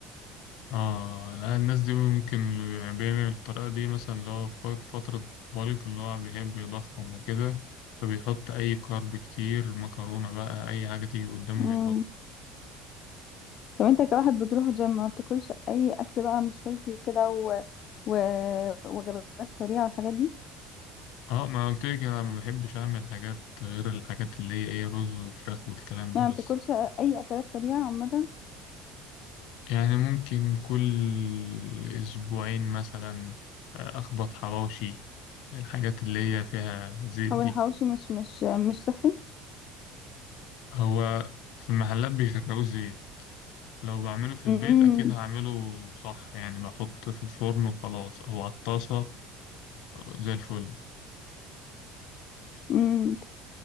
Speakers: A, on the left; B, on the left.
A: اه لا، الناس دي ممكن اللي بيعمل الطريقة دي مثلا اللي هو في فترة بالك اللي هو بيحب يضخم وكده فبيحط أي كارب كتير مكرونة بقى أي حاجة تيجي قدامه
B: مم. طب انت كواحد بتروح جيم ما بتاكلش اي اكل بقى مش هيلسي وكده و... و... وجبات سريعه والحاجات دي
A: اه ما قلت لك انا ما بحبش اعمل حاجات غير الحاجات اللي هي ايه رز وفراخ والكلام ده
B: يعني
A: بس
B: ما بتاكلش اي اكلات سريعه عامه
A: يعني ممكن كل اسبوعين مثلا آه، اخبط حواوشي الحاجات اللي هي فيها زيت
B: او
A: دي
B: الحواوشي مش مش مش صحي
A: هو في المحلات بيغرقوا زيت لو بعمله في البيت
B: امم
A: اكيد هعمله صح يعني بحط في الفرن وخلاص او على الطاسة آه، زي الفل
B: امم